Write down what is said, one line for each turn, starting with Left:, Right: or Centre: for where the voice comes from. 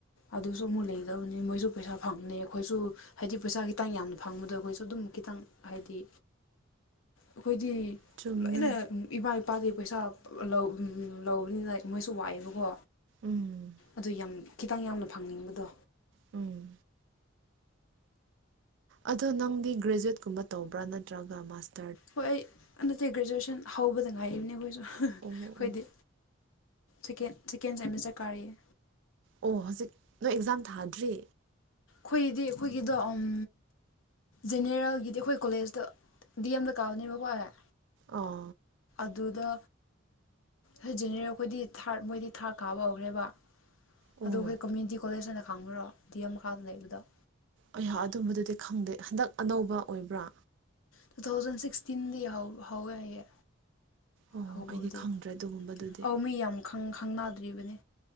Left: ꯑꯗꯨꯁꯨ ꯑꯃꯨꯛ ꯂꯩꯒꯗꯕꯅꯤ ꯃꯣꯏꯁꯨ ꯄꯩꯁꯥ ꯐꯪꯅꯤ ꯑꯩꯈꯣꯏꯁꯨ ꯍꯥꯏꯗꯤ ꯄꯩꯁꯥ ꯈꯤꯇꯪ ꯌꯥꯝꯅ ꯐꯪꯕꯗ ꯑꯩꯈꯣꯏꯁꯨ ꯑꯗꯨꯝ ꯈꯤꯇꯪ ꯍꯥꯏꯗꯤ ꯑꯈꯣꯏꯗꯤ
Right: ꯆꯨꯝꯃꯦ
Left: ꯂꯣꯏꯅ ꯏꯃꯥ ꯏꯄꯥꯒꯤ ꯄꯩꯁꯥ ꯂꯧ ꯂꯧꯕꯅꯤꯅ ꯃꯣꯏꯁꯨ ꯋꯥꯏꯑꯦꯕꯀꯣ
Right: ꯎꯝ
Left: ꯑꯗꯨ ꯌꯥꯝ ꯈꯤꯇꯪ ꯌꯥꯝꯅ ꯐꯪꯅꯤꯡꯕꯗꯣ
Right: ꯎꯝ ꯑꯗꯣ ꯅꯪꯗꯤ ꯒ꯭ꯔꯦꯖꯨꯋꯦꯠꯀꯨꯝꯕ ꯇꯧꯕ꯭ꯔꯥ ꯅꯠꯇ꯭ꯔꯒ ꯃꯥꯁ
Left: ꯍꯣꯏ ꯑꯩ ꯍꯟꯗꯠꯇꯤ ꯒ꯭ꯔꯦꯖꯨꯋꯦꯁꯟ ꯍꯧꯕꯗ ꯉꯥꯏꯔꯤꯕꯅꯦ ꯑꯩꯈꯣꯏꯁꯨ ꯑꯩꯈꯣꯏꯗꯤ
Right: ꯑꯣ ꯑꯣ
Left: ꯁꯦꯀꯦꯟ ꯁꯦꯀꯦꯟ ꯁꯦꯃꯤꯁꯇꯔ ꯀꯥꯔꯤꯌꯦ
Right: ꯑꯣ ꯍꯧꯖꯤꯛ ꯅꯣꯏ ꯑꯦꯛꯖꯥꯝ ꯊꯥꯗ꯭ꯔꯤ
Left: ꯈꯣꯏꯗꯤ ꯑꯩꯈꯣꯏꯒꯤꯗꯣ ꯎꯝ ꯖꯦꯅꯦꯔꯦꯜꯒꯤꯗꯤ ꯑꯩꯈꯣꯏ ꯀꯣꯂꯦꯖꯇ ꯗꯤ ꯑꯦꯝꯗ ꯀꯥꯎꯕꯅꯦꯕꯀꯣ ꯑꯩ
Right: ꯑꯣ
Left: ꯑꯗꯨꯗ ꯁꯣꯏꯖꯤꯅꯦꯔꯦ ꯑꯩꯈꯣꯏꯗꯤ ꯊꯥꯔꯠ ꯃꯣꯏꯗꯤ ꯊꯥꯔ ꯀꯥꯕ ꯍꯧꯈ꯭ꯔꯦꯕ
Right: ꯑꯣ
Left: ꯑꯗꯣ ꯑꯩꯈꯣꯏ ꯀꯝꯃ꯭ꯌꯨꯅꯤꯇꯤ ꯀꯣꯂꯦꯖ ꯑꯣꯏꯅ ꯈꯥꯡꯕꯔꯣ ꯗꯤ ꯑꯦꯝ ꯃꯈꯥꯗ ꯂꯩꯕꯗꯣ
Right: ꯑꯩꯍꯥꯛ ꯑꯗꯨꯝꯕꯗꯨꯗꯤ ꯈꯪꯗꯦ ꯍꯟꯗꯛ ꯑꯅꯧꯕ ꯑꯣꯏꯕ꯭ꯔꯥ
Left: ꯇꯨ ꯊꯥꯎꯖꯟ ꯁꯤꯛꯁꯇꯤꯟ ꯗꯤ ꯍꯧ ꯍꯥꯎ ꯌꯦ ꯍꯥꯏꯌꯦ
Right: ꯑꯣ
Left: ꯍꯧꯕꯕꯨꯗꯤ
Right: ꯑꯩꯗꯤ ꯈꯪꯗ꯭ꯔꯦ ꯑꯗꯨꯒꯨꯝꯕꯗꯨꯗꯤ
Left: ꯑꯧ ꯃꯤ ꯌꯥꯝ ꯈꯪ ꯈꯪꯅꯗ꯭ꯔꯤꯕꯅꯤ